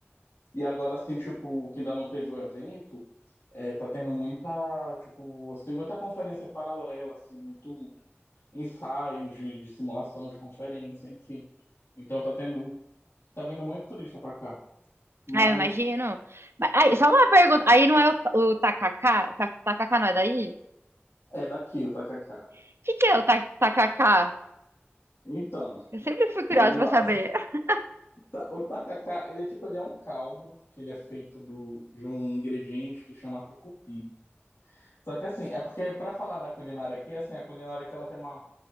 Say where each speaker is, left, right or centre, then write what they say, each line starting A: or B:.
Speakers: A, on the left; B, on the right.
A: E agora, assim, tipo, que ainda não teve o evento, é, tá tendo muita, tipo, assim, muita conferência paralela, assim, muito ensaios de, de simulação, de conferência, enfim. Então tá tendo, tá vindo muito turista para cá, mas
B: Ah, eu imagino. Mas- Aí, só uma pergunta. Aí não é o, o tacacá? O ta- tacacá não é daí?
A: é daqui o tacacá.
B: O que que é o ta- tacacá?
A: Então,
B: Eu sempre fui curiosa
A: vamos
B: pra
A: lá.
B: saber. <laughs>
A: <laughs> Ta- O tacacá, ele é tipo, ele é um caldo que ele é feito do, de um ingrediente que chama tucupi. Só que assim, é porque para falar da culinária aqui, assim, a culinária aqui ela tem uma